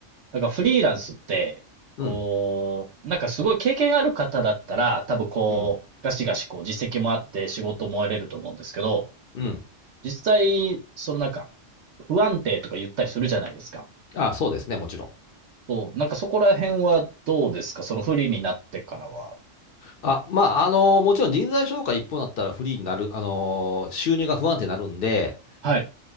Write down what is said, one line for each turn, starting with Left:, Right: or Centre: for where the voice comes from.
Right: なんかフリーランスって、
Left: うん、
Right: こう、なんかすごい経験ある方だったら、多分こう、
Left: うん、
Right: ガシガシこう実績もあって仕事も得れると思うんですけど、
Left: うん。
Right: 実際、そのなんか、不安定とか言ったりするじゃないですか。
Left: あ、そうですね、もちろん。
Right: そう、なんかそこら辺はどうですかその不利になってからは。
Left: あ、まあ、あの、もちろん人材紹介一方だったらフリーになる、あの、収入が不安定になるんで、
Right: はい。